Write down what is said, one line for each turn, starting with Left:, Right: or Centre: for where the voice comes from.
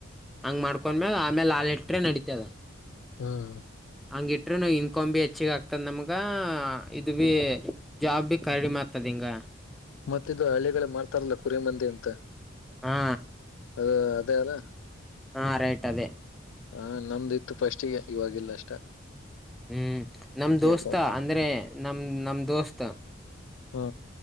Centre: ಹಂಗ ಮಾಡ್ಕೊಂಡ್ಮ್ಯಾಗ ಆಮೇಲೆ ಹಾಾಲ ಇಟ್ರೆ ನಡತದ
Left: ಹ್ಮ್
Centre: ಹಂಗ ಇಟ್ಟ್ರ ನವು ಇನ್ಕಾ್ ಬಿ ಹೆಚ್ಚಗ ಆಗ್ತದ ನಮ್ಗ್ ಈಗ ಇದು ಬಿ ಜಾಬ್ ಬಿ ಕಡಿಮೆ ಮಾಡ್ತದ ಹಿಂಗ
Left: ಮತ್ತ ಇದು ಹಳಿಗಳ ಮಾಡ್ತಾರಲ್ಲ ಕುರಿ ಮಂದಿ ಅಂತ
Centre: ಹಾ
Left: ಹ ಅದೇ ಅಲ್ಲ
Centre: ಹಾ ರೈಟ್ ಅದೇ
Left: ಹಾ ನಮ್ದಿತ್ತು ಫಸ್ಟ್ಿಗೆ ಇವಾಗಿಲ್ಲ ಅಷ್ಟ
Centre: ಹ್ಮ್ ನಮ ದೋಸ್ತ
Left: ಯಪ್ಪ
Centre: ಅಂದ್ರೆ ನಮ್ಮ ನಮ್ಮ ದೋಸ್ತ
Left: ಹಾ